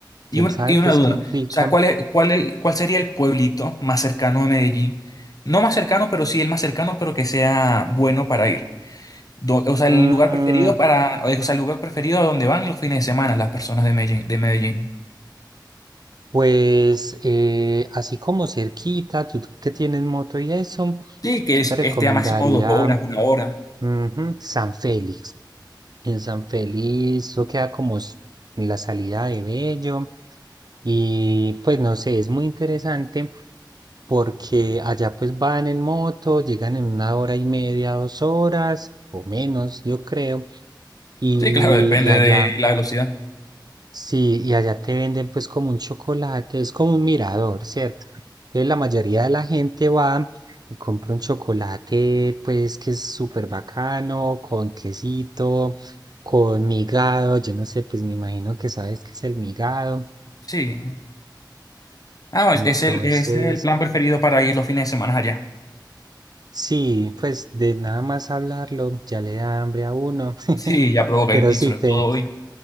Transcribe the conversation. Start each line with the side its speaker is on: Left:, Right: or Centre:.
Left: Y,
Right: ¿Quién
Left: un-
Right: sabe
Left: y
Right: pues
Left: una duda,
Right: qué implica?
Left: o sea, ¿cuál es- cuál el- cuál sería el pueblito más cercano a Medellín? No más cercano, pero sí el más cercano, pero que sea bueno para ir. Do- o sea,
Right: mm,
Left: el lugar preferido para, o sea, el lugar preferido a donde van los fines de semana las personas de Medellín, de Medellín.
Right: Pues eh, así como cerquita, tú que tienes moto y eso,
Left: Sí,
Right: yo
Left: que es-
Right: te recomendaría
Left: esté a máximo dos horas, una hora.
Right: ujú, San Félix. En San Félix, eso queda como s- en la salida de Bello. Y pues no sé, es muy interesante porque allá pues van en moto, llegan en una hora y media, dos horas o menos, yo creo. Y,
Left: Sí, claro, depende
Right: y allá
Left: de la velocidad.
Right: Sí, y allá te venden pues como un chocolate, es como un mirador, ¿cierto? Entonces la mayoría de la gente va y compra un chocolate pues que es súper bacano, con quesito, con migado, yo no sé, pues me imagino que sabes qué es el migado.
Left: Sí. Ah, es,
Right: Entonces,
Left: es el, es el plan preferido para ir los fines de semana allá.
Right: sí, pues de nada más hablarlo ya le da hambre a uno, <laughs>
Left: Sí, ya provoca,
Right: pero
Left: y
Right: sí,
Left: sobre
Right: te,
Left: todo hoy.